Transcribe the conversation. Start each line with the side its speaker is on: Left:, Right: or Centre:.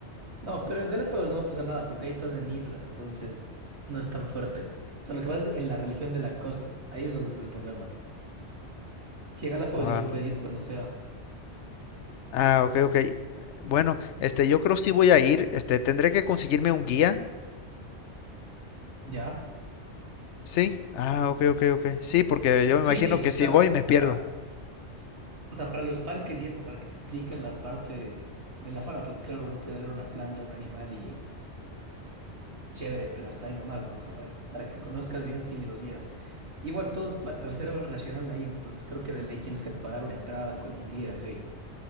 Right: No, pero en Galápagos no va a pasar nada porque ahí estás en isla, entonces no es tan fuerte. O sea, lo que pasa es en la religión de la costa, ahí es donde es el problema. Si a Galápagos
Left: Wow.
Right: igual puedes ir cuando sea.
Left: Ah, ok, ok. Bueno, este, yo creo sí voy a ir. Este, tendré que conseguirme un guía.
Right: ¿Ya?
Left: Sí. Ah, ok, ok, ok. Sí, porque yo me imagino
Right: Sí, sí,
Left: que si
Right: claro,
Left: voy me pierdo.
Right: ajá. O sea, para los parques y eso, para que te expliquen la parte de la fauna, porque claro, uno puede ver una planta, un animal y chévere, pero hasta ahí nomás, ¿no? O sea, para, para que conozcas bien, sí, los guías. Igual todo es pa- reserva nacional ahí, entonces creo que de ley tienes que pagar una entrada con un guía, sí.